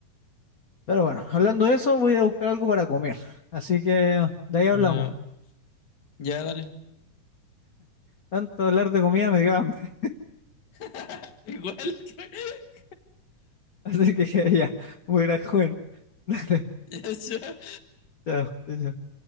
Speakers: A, on the left; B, on the left.
A: Pero bueno, hablando de eso, voy a buscar algo para comer. Así que de
B: No,
A: ahí hablamos.
B: ya dale.
A: Tanto hablar de comida me dio hambre.
B: <laughs> Igual que... <laughs>
A: Así que <laughs> ya, voy a ir a comer. <laughs> Dale,
B: Ya, ya.
A: chao, chao. chao.